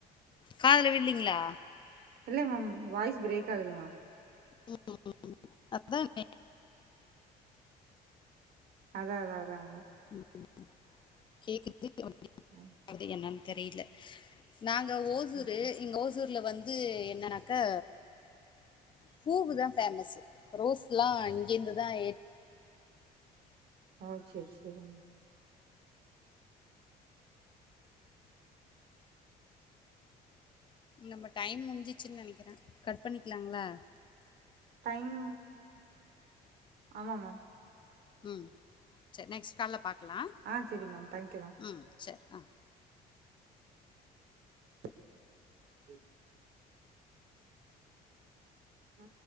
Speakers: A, on the left; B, on the right.
A: காதுல விழுலைங்களா
B: இல்ல மேம் வாய்ஸ் பிரேக் ஆகுது மேம்
A: உம் உம் உம் உம் அதானே
B: அதா அதா அதாங்க மேம்
A: உம் கேக்குது <unintelligible>
B: மேம்
A: என்னன்னு தெரியல நாங்க ஓசூரு
B: ஆ சேரி சேரி
A: இங்க ஓசூர்ல வந்து என்னன்னாக்கா பூவு தா ஃபேமஸ்ஸு ரோஸ் லா இங்கேந்துதா ஏ
B: ஓ செரி செரிங்
A: நம்ம டைம் முடிஞ்சிச்சுன்னு நெனைக்கிறே கட் பண்ணிக்கலாங்களா
B: டைம் ஆமா மேம்
A: ம் சரி நெக்ஸ்ட் கால்ல பாக்கலா
B: ஆ சரி மேம் தேங்க்யூ மேம்
A: ம் செரி அ
B: ச <inaudible> ஆ